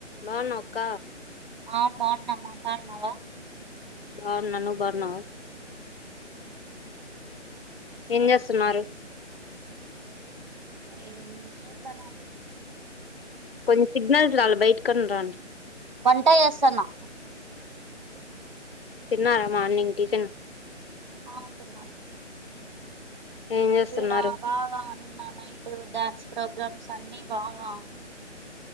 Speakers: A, on the left; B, on the right.
A: బాగునౌ అక్క
B: ఆ బాన్నా నువ్ బాన్నావా
A: బా ఉన్న నువ్ బాన్నావా ఏం జేసున్నారు
B: ఏం జేస్తనం
A: కొంచెం సిగ్నల్స్ రాల బైటిక్కన్న రండి
B: వంట ఏస్సాన్నా
A: తిన్నారా మార్నింగ్ టిఫిన్
B: ఆ తెన్నాం స్
A: ఏం చేస్తున్నారు
B: ఇడా బాగా నిన్న నైట్ డ్యాన్స్ ప్రోగ్రామ్స్ అన్ని బాగా